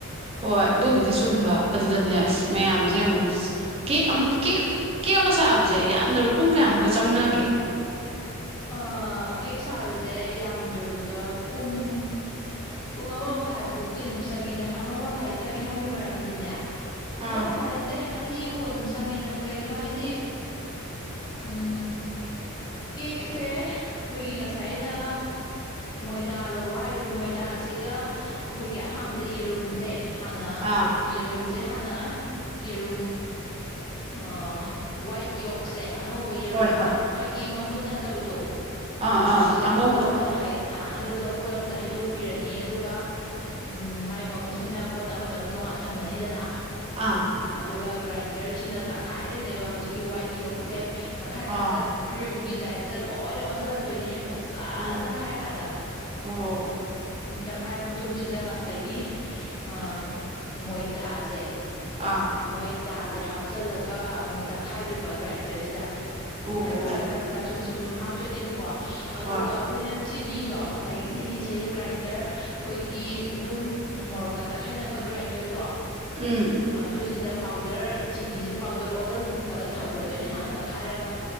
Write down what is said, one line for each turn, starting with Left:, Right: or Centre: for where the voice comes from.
Right: ꯍꯣꯏ ꯑꯗꯨꯕꯨꯗꯤ ꯆꯨꯝꯕ ꯑꯗꯨꯗꯅꯦ ꯑꯁ ꯃꯌꯥꯝꯖꯦ ꯌꯦꯡꯉꯣ ꯀꯦꯛ ꯑꯝ ꯀꯦꯛ ꯀꯦꯛ ꯑꯃ ꯁꯥꯕꯖꯦ ꯌꯥꯝꯗ꯭ꯔꯞ ꯄꯨꯡ ꯀꯌꯥꯃꯨꯛꯀ ꯆꯪꯅꯒꯦ
Left: ꯑꯥ ꯀꯦꯛ ꯁꯥꯕꯖꯦ ꯌꯥꯝꯗ꯭ꯔꯕꯗ ꯄꯨꯡ ꯄꯨꯡ ꯑꯃ ꯃꯈꯥꯏꯕꯨꯛꯇꯤ ꯑꯗꯨꯝ ꯆꯪꯉꯤꯗ ꯑꯃ ꯃꯈꯥꯏ ꯆꯪꯉꯦ ꯍꯥꯏꯕꯩ ꯃꯔꯝꯗꯤꯅꯦ
Right: ꯑꯥ
Left: ꯑꯃ ꯃꯈꯥꯏ ꯅꯠꯇꯦ ꯑꯠ ꯑꯅꯤꯕꯨ ꯑꯗꯨꯝ ꯆꯪꯉꯦꯗ ꯀꯩꯒꯤꯅꯣ ꯍꯥꯏꯗꯤ ꯎꯝ ꯀꯦꯁꯦ ꯑꯈꯣꯏꯒꯤ ꯉꯁꯥꯏ ꯑꯩꯅ ꯃꯣꯏꯗꯥ ꯂꯧꯔꯣ ꯍꯥꯏꯗꯣ ꯃꯣꯏꯗꯥꯖꯤꯒ ꯑꯈꯣꯏꯒꯤ ꯑꯍꯥꯟꯕꯗ ꯌꯦꯔꯨꯝꯁꯦ ꯍꯥꯟꯅ
Right: ꯑꯥ
Left: ꯌꯦꯔꯨꯝꯖꯦ ꯍꯥꯟꯅ ꯌꯦꯔꯨꯝ ꯑꯥ ꯋꯥꯏꯠ ꯌꯣꯛꯁꯦ ꯑꯉꯧ ꯕ ꯌꯦꯔꯨꯝ
Right: ꯍꯣꯏ ꯍꯣꯏ
Left: ꯃꯥꯒꯤ ꯃꯃꯨꯠ ꯅꯠꯇꯕꯗꯣ
Right: ꯑꯥ ꯑꯥ
Left: ꯑꯗꯨꯖꯦ
Right: ꯑꯉꯧꯕꯗꯣ
Left: ꯀꯣꯟ ꯑꯃꯗ ꯍꯥꯏ ꯑꯥ ꯑꯗꯨꯗꯣ ꯀꯣꯜ ꯑꯃꯗ ꯍꯩꯗꯣꯛꯄꯤꯔꯅꯤ ꯑꯗꯨꯒ ꯎꯝ ꯃꯥꯏ ꯃꯃꯨꯠꯁꯤꯅ ꯀꯣꯟ ꯑꯃꯗ ꯑꯃꯨꯛ ꯇꯣꯡꯉꯥꯟ ꯊꯝꯃꯅꯤꯗꯅꯥ
Right: ꯑꯥ
Left: ꯑꯗꯨꯒ ꯒ꯭ꯔꯥꯏꯟꯗ꯭ꯔꯖꯤꯅ ꯇꯛꯈꯥꯏꯗꯨꯏꯅꯦꯕ ꯍꯧꯖꯤꯛꯀꯤ ꯋꯥꯏꯠ ꯌꯣꯛꯁꯦ ꯇꯛꯈꯥꯏꯔ
Right: ꯑꯥ
Left: ꯀꯥꯟꯗ ꯀ꯭ꯔꯤꯝꯒꯤ ꯇꯥꯏꯞꯇ ꯂꯣꯏꯅ ꯑꯣꯟꯖꯜꯂꯛꯇꯨꯢꯅꯦ ꯐꯖꯅ
Right: ꯑꯣ
Left: ꯇꯛꯈꯥꯏꯔꯀꯥꯟꯗ
Right: ꯑꯣ
Left: ꯎꯝ ꯇꯛꯈꯥꯏꯔ ꯃꯇꯨꯡꯁꯤꯗ ꯉꯁꯥꯏꯒꯤ ꯑ ꯃꯣꯏꯗꯥꯖꯦ
Right: ꯑꯥ
Left: ꯃꯣꯏꯗꯥꯖꯦ ꯍꯥꯞꯆꯜꯂꯒ ꯑꯃꯨꯛ ꯇꯛꯈꯥꯏꯗꯣꯏꯕ ꯒ꯭ꯔꯥꯏꯟꯗ꯭ꯔꯁꯤꯗ
Right: ꯑꯣ
Left: ꯈꯔ
Right: ꯑꯣ
Left: ꯈꯔ ꯈꯔ ꯈꯔ ꯁꯨꯝ ꯁꯨꯝ ꯁꯨꯝ ꯍꯥꯞꯇꯨꯏꯅꯦꯕꯀꯣ ꯑꯗꯨꯒ
Right: ꯍꯣꯏ
Left: ꯑꯈꯣꯏꯅ ꯆꯤꯅꯤꯗꯣ ꯉꯁꯥꯏꯒꯤ ꯆꯤꯅꯤꯁꯦ ꯒ꯭ꯔꯥꯏꯟꯗ꯭ꯔ ꯑꯩꯈꯣꯏꯒꯤ ꯑꯗꯨꯝ ꯃꯣꯔꯣꯛꯀꯥ ꯇꯛꯈꯥꯏꯅꯕ ꯒ꯭ꯔꯥꯏꯟꯗ꯭ꯔꯗꯣ
Right: ꯎꯝ
Left: ꯑꯗꯨꯖꯤꯗ ꯄꯥꯎꯗ꯭ꯔ ꯆꯤꯅꯤꯖꯦ ꯄꯥꯎꯗ꯭ꯔ ꯑꯣꯜꯍꯜꯂꯒ ꯊꯝꯈ꯭ꯔꯗꯣꯏꯅꯦ ꯍꯥꯟꯅ ꯇꯛꯈꯥꯏꯔꯒ